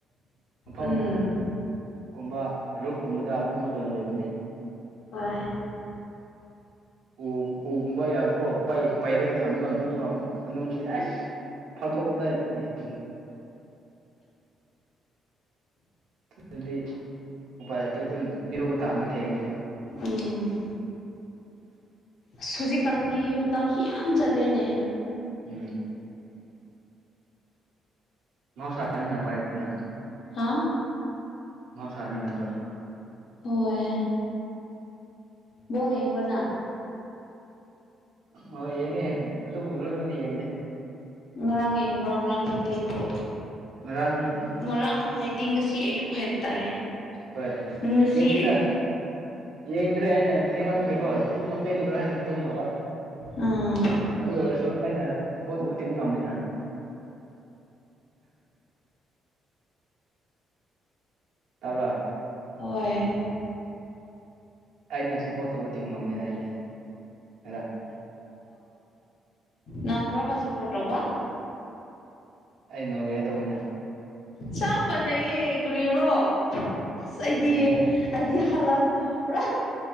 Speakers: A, on the right; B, on the left.
A: ꯃꯐꯝ
B: ꯎꯝ
A: ꯀꯨꯝꯕ ꯔꯨꯐꯀꯨꯝꯕꯗ ꯑꯗꯨꯒꯨꯝꯕ ꯂꯩꯔ ꯂꯩꯕꯅꯤ
B: ꯍꯣꯏ
A: ꯎ ꯎꯒꯨꯝꯕ ꯌꯥꯝ ꯀꯣ ꯄꯩꯔꯒ ꯊꯝꯃꯕ ꯑꯗꯨꯒ ꯃꯅꯨꯡꯗꯗꯨꯗꯤ ꯑꯁ ꯐꯥꯠꯇꯣꯛꯄꯗ ꯂꯣꯏꯝꯅꯤ ꯑꯗꯨꯗꯤ ꯎꯄꯔꯥꯏꯇꯤ ꯑꯗꯨꯝ ꯏꯔꯨꯕ ꯇꯥꯕꯅꯦ ꯊꯦꯡꯅꯗꯤ
B: ꯎꯝ ꯑꯁ ꯍꯧꯖꯤꯛꯀꯥꯟꯗꯤ ꯃꯇꯝꯁꯨ ꯌꯥꯝ ꯆꯠꯂꯦꯅꯦ
A: ꯎꯝ ꯃꯍꯧꯁꯥꯅ ꯄꯥꯏꯠꯇꯅ
B: ꯍꯥꯥ
A: ꯃꯍꯧꯁꯥꯅꯤ ꯅꯪꯗꯣ
B: ꯍꯣꯏ ꯕꯜꯂ ꯌꯦꯡꯕꯅ
A: ꯑꯣ ꯌꯦꯡꯉꯦ ꯑꯗꯨꯕꯨ ꯂꯔꯃꯗꯤ ꯌꯦꯡꯗꯦ
B: ꯉꯔꯥꯡ ꯌꯦꯡꯕ꯭ꯔꯣ ꯉꯔꯥꯡꯒꯤ ꯂꯩꯕ꯭ꯔꯣ
A: ꯉꯔꯥꯡꯗꯣ
B: ꯉꯔꯥꯡ ꯍꯥꯏꯗꯤ ꯉꯁꯤ ꯑꯌꯨꯛ ꯍꯥꯏꯕ ꯇꯔꯦ
A: ꯍꯣꯏ
B: ꯅꯨꯡꯁꯤ
A: ꯌꯦꯡꯗꯦꯗ
B: ꯑꯌꯨꯛ
A: ꯌꯦꯡꯗ꯭ꯔꯦ ꯑꯩꯅ ꯊꯤꯃꯝꯒꯦꯀꯣ ꯁꯨꯝ ꯃꯄꯦꯟꯗ꯭ꯔꯣ ꯍꯟꯅ ꯇꯨꯝꯉꯕ
B: ꯑꯥ
A: ꯑꯗꯨ ꯑꯣꯏꯔꯁꯨ ꯑꯩꯅ ꯁꯞꯄꯣꯔꯠ ꯇꯧꯕ ꯇꯤꯕ ꯉꯝꯃꯤꯅ ꯇꯕ
B: ꯍꯣꯏ
A: ꯑꯩꯅ ꯁꯞꯄꯣꯔꯠ ꯇꯧꯕ ꯇꯤꯝ ꯉꯝꯃꯦꯅ ꯑꯩꯗꯤ ꯈꯔ
B: ꯅꯪ ꯀꯔꯕ ꯁꯞꯄꯣꯔꯠ ꯇꯧꯕ
A: ꯑꯩ ꯅꯣꯕꯦ ꯇꯧꯅ
B: ꯆꯥꯕꯅꯌꯦ ꯀꯔꯤꯔꯣ ꯑꯁ
A: ꯎꯝ
B: ꯑꯩꯗꯤ
A: ꯃꯥꯅꯦ
B: ꯍꯥꯏꯗꯤ ꯍꯜꯥꯟ ꯇꯨ ꯄꯨꯔꯥ